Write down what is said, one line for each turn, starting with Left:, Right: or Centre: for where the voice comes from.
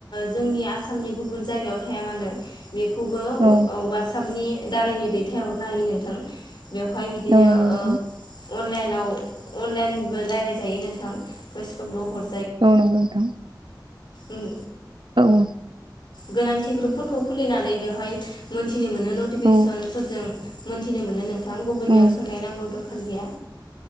Left: जोंनि आसामनि गुबुन जायगायाव थाया मानो बेखौबो अ
Right: औ
Left: ओ साबनि दारैनो दैथायहरनो हायो नोंथां बेवहाय बिदिनो
Right: औ नंगौ नोंथां
Left: ओ अनलाइनाव अनलाइनबो रायलायजायो नोंथां गसखौबो हर
Right: औ नंगौ नोंथां
Left: ओं
Right: औ औ
Left: गोनांथि ग्रुपफोरखौ खुलिनानै बेवहाय मोनसे फिनो मोनो नटिफिकेसनफोरजों
Right: औ
Left: मोनथिनो मोनो नोंथां थां गुबुनयाव
Right: औ
Left: सोंलाय नांगौ द खार गैया